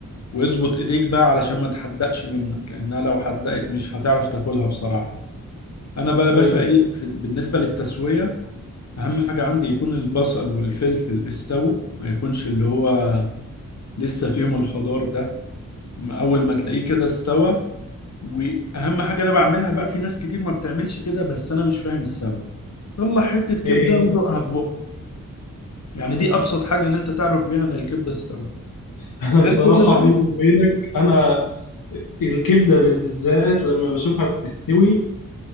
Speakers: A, on the left (about 55°); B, on the left (about 80°).
A: واظبط ايديك بقى علشان ما تحدقش منك لانها لو حدقت مش هتعرف تاكلها بصراحة انا بقى يا باشا
B: حلو
A: ايه في بالنسبة للتسوية اهم حاجة عندي يكون البصل والفلفل استووا ما يكونش اللي هو لسه فيهم الخضار ده اول ما تلاقيه كده استوى واهم حاجه انا بعملها بقى في ناس كتير ما بتعملش كده بس انا مش فاهم السبب طلع حته كبده
B: ايه هي
A: ودوقها في بقك يعني دي ابسط حاجه ان انت تعرف بيها ان الكبده استوت
B: <laughs> انا
A: غير
B: بصراحه
A: كده بقى
B: بيني وبينك انا الكبده بالذات لما بشوفها بتستوي